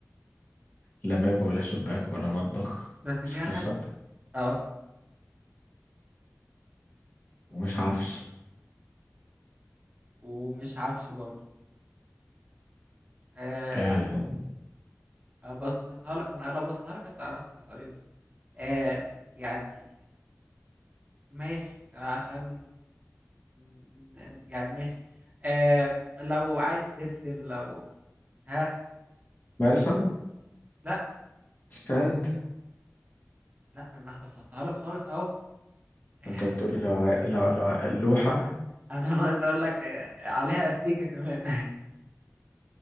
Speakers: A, on the left (about 40°); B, on the right (about 30°).
A: لا باب ولا شباك ولا مطبخ
B: بس
A: مش
B: فيها
A: خشب
B: خشب اه
A: ومش عفش
B: ومش عفش برضو آه
A: آه،
B: ابسطها لك ما انا لو ابسطها لك هتعرفها طيب آه يعني ماشي عشان ن- يعني ماشي آه لو عايز ترسم لو ها
A: مرسم
B: لا
A: ستاند
B: لا انا بسطها لك خالص اهو <laughs>
A: أنت بتقولي لو ع- لو لو لوحة
B: انا ناقص اقول لك آه، عليها استيكة كمان